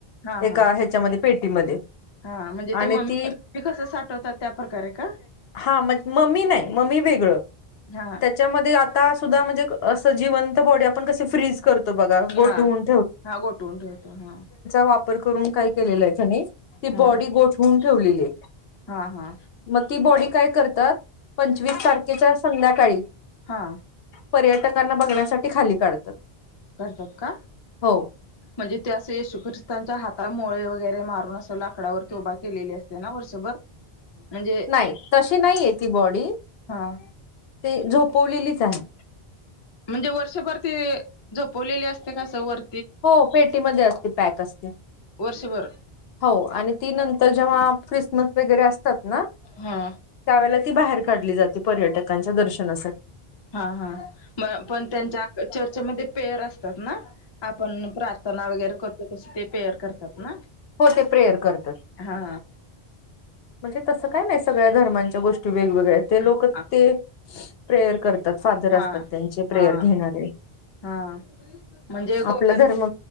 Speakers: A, on the left; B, on the left.
A: हा
B: एका
A: हा
B: ह्याच्यामध्ये पेटीमध्ये
A: हा म्हणजे ते
B: आणि
A: मम्मी
B: ती
A: मी कसं साठवतात त्या प्रकारे का?
B: हा म मम्मी नाही म्मी वेगळं.
A: हा.
B: त्याच्यामध्ये आता सुद्धा म्हणजे अस जिवंत बॉडी आपण क फ्रीज करतो. ग
A: हा
B: ठेवम
A: हा गोठवून ठेवतो हा
B: वापरून काय केले आहे त्या ती
A: हा
B: बॉडी गोठवून ठेवलेली.
A: हा हा.
B: मग ती बॉडी काय करतात पंचवीस तारखेच्या संध्याकाळी
A: हां.
B: पर्यटकांना बघण्यासाठी खाली काढतात.
A: करतात का?
B: हो
A: म्हणजे ते असं येशू ख्रिस्तांच्या हाताला मोळे वगैरे मारून असं लाकडावरती उभा केलेली असते ना वर्षभर म्हणजे
B: नाही तशी नाही आहे ती बॉडी
A: हा
B: ते झोपवलेलीच आहे.
A: म्हणजे वर्षभर ते झपवलेली असते कसं वर
B: हो पेटीमध्ये असते पॅक असते.
A: वर्षभर
B: हो आणि ती नंतर जेव्हा क्रिसमस वगैरे असतात ना.
A: हा.
B: त्यावेळेला ती बाहेर काढली जाते पर्यटकांच्या दर्शनासाठी
A: हा हां म पण त्यांच्या चर्चेमध्ये पेयर असतात ना आपण प्रार्थना वगैरे करतो कसं ते पेअर करतात ना.
B: हो ते प्रेअर करत
A: हा
B: म्हणजे तसं काय नाही सगळ्या धर्मांच्या गोष्टी वेगवेगळ्या ते लोक
A: हा
B: ते प्रेयर करते. ात फादर
A: हा
B: असतात त्यांचे प्रेयर
A: हा
B: घेणारे.
A: हा म्हणजे ग.
B: आपला धर्म